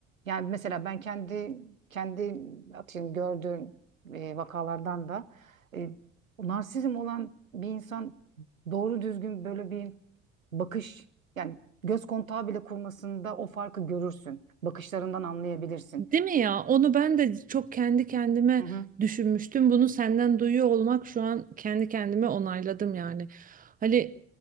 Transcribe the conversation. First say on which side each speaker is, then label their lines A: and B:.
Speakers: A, on the right; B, on the right.
A: yani mesela ben kendi kendi atıyorum gördüğüm e, vakalardan da e, narsizm olan bir insan doğru düzgün böyle bir bakış yani göz kontağı bile kurmasında o farkı görürsün. Bakışlarından anlayabilirsin.
B: Değil mi ya? Onu ben de çok kendi kendime
A: Hı hı.
B: düşünmüştüm. Bunu senden duyuyor olmak şu an kendi kendime onayladım yani. Hani